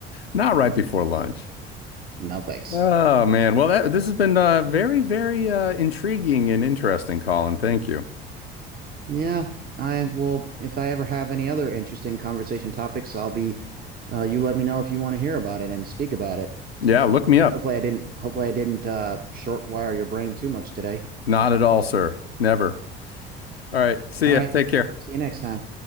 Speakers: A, on the left; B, on the right.
A: not right before lunch.
B: No thanks.
A: Oh man. Well, that this has been uh, very, very uh, intriguing and interesting, Colin. Thank you.
B: Yeah, I will if I ever have any other interesting conversation topics, I'll be uh you let me know if you want to hear about it and speak about it. <laughs>
A: Yeah, look me up.
B: Hopefully I didn't hopefully I didn't uh short wire your brain too much today.
A: Not at all, sir. Never. All right. See
B: All
A: ya.
B: right.
A: Take care.
B: See you next time.